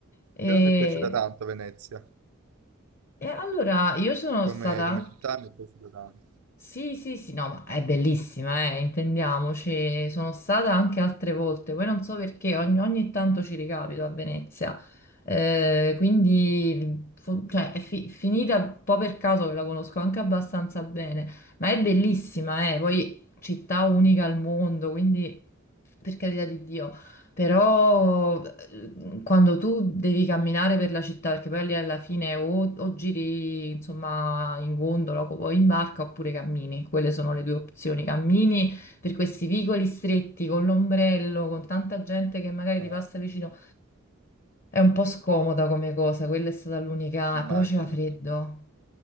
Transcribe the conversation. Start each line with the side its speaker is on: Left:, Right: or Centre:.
Left: E,
Right: Però mi è piaciuta tanto Venezia,
Left: e allora io sono
Right: come,
Left: stata
Right: come città mi è piaciuta tanto.
Left: Sì, sì, sì, no, ma è bellissima, eh, intendiamoci. Sono stata anche altre volte, poi non so perché ogni, ogni tanto ci ricapito a Venezia. Eh, quindi fu- cioè, è fi- finita un po' per caso che la conosco anche abbastanza bene, ma è bellissima, eh, poi città unica al mondo, quindi per carità di Dio. Però eh, quando tu devi camminare per la città, perché poi lì alla fine o, o giri insomma in gondola o in barca oppure cammini, quelle sono le due opzioni. Cammini
Right: Sì.
Left: per questi vicoli stretti con l'ombrello, con tanta gente che magari
Right: Eh,
Left: ti passa vicino, è un po' scomoda come cosa, quella è stata l'unica.
Right: immagino.
Left: E poi faceva freddo,